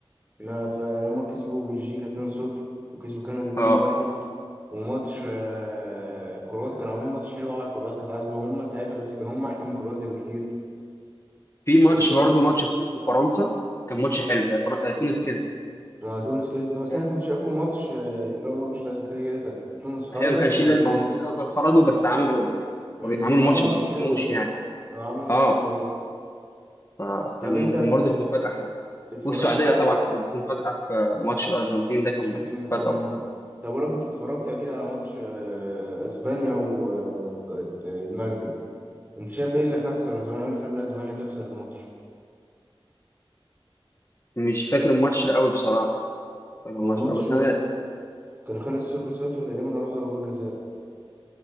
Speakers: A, on the right; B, on the left.
A: ما انا اتف- يعني هما كسبوا بلجيكا 2-0 وكسبوا كندا 2-1
B: اه
A: وماتش آه، كرواتيا كانوا عاملين ماتش حلو قوي كرواتيا تعادلوا هما ساعتها بس كانوا هما احسن من كرواتيا بكتير
B: في ماتش
A: وس-
B: برضه ماتش تونس وفرنسا كان ماتش حلو هي فر... آه، تونس كسبت
A: آه، تونس كسبت بس
B: آه،
A: انا كنت شايفه ماتش آه، اللي هو ملوش لازمه كده كده كانت تونس خرجت
B: هي ما كانش ليه لازمه هم كده كده كانوا خرجوا بس عملوا يعني
A: امم
B: عملوا
A: هم عملوا
B: ماتش ما
A: ماتش
B: استسلموش
A: حلو
B: يعني
A: هم عملوا ماتش
B: اه
A: حلو أوي
B: فكان
A: طب أنت
B: كان برضه كانت مفاجأة حلوة
A: اتفرجت
B: والسعودية
A: على
B: طبعا كان في مفاجأة في ماتش الأرجنتين ده كان
A: أرجنتين امم
B: مفاجأة برضه
A: طب أقولك أنت اتفرجت أكيد على ماتش آه، أسبانيا والمغرب أنت شايف إيه اللي خسر أسبانيا إيه اللي خلى أسبانيا تخسر الماتش؟
B: مش فاكر الماتش قوي بصراحة مش فاكر
A: هو
B: الماتش
A: الماتش
B: قوي بس أنا
A: كان خلص صفر صفر تقريبا وراح ضربات جزاء